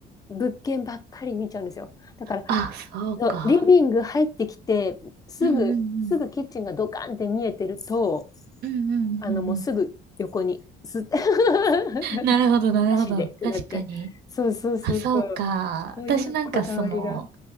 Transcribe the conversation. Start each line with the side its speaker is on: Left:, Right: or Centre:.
Left: 物件ばっかり見ちゃうんですよ。だから
Right: あ、そうか。
Left: そうリビング入ってきて、すぐ、
Right: うんうんうん。
Left: すぐキッチンがドカンって見えてると、
Right: うんうんうんうん。
Left: あの、もうすぐ横に、す、<laughs>
Right: なるほど、なるほど。
Left: なしでってなっちゃう。
Right: 確かに。
Left: そうそうそうそう。
Right: あ、そうか。
Left: そういうこだわりが。
Right: 私なんかその、